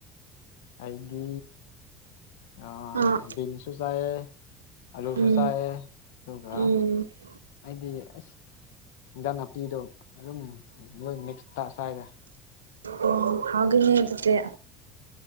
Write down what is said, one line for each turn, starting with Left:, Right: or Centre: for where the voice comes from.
Left: ꯑꯩꯗꯤ ꯑ
Right: ꯑꯥ
Left: ꯕꯤꯟꯁꯨ ꯆꯥꯌꯦ ꯑꯂꯨꯁꯨ
Right: ꯎꯝ
Left: ꯆꯥꯌꯦ ꯑꯗꯨꯒ
Right: ꯎꯝ
Left: ꯑꯩꯗꯤ ꯑꯁ ꯏꯟꯖꯥꯡ ꯅꯥꯄꯤꯗꯣ ꯑꯗꯨꯝ ꯂꯣꯏ ꯃꯤꯛꯁꯇ ꯆꯥꯏꯔꯦ
Right: ꯎꯝ ꯍꯧꯒꯅꯤ ꯑꯗꯨꯗꯤ